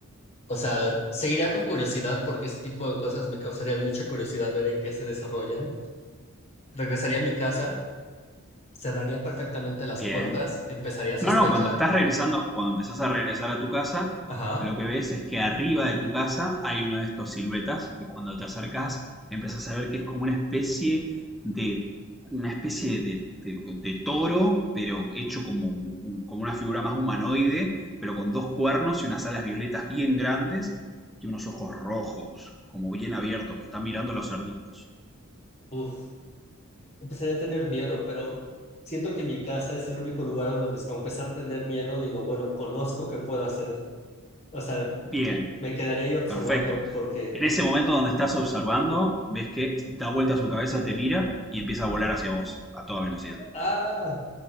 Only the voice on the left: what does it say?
O sea, seguiría con curiosidad porque ese tipo de cosas me causarían mucha curiosidad ver en qué se desarrollan. Regresaría a mi casa, cerraría perfectamente las
puertas, empezaría a sospechar.
Ajá,
uf, empezaría a tener miedo, pero siento que mi casa es el único lugar donde, me- a pesar de tener miedo, digo, bueno, conozco qué puedo hacer. O sea,
me quedaría yo observando
porque,
ah,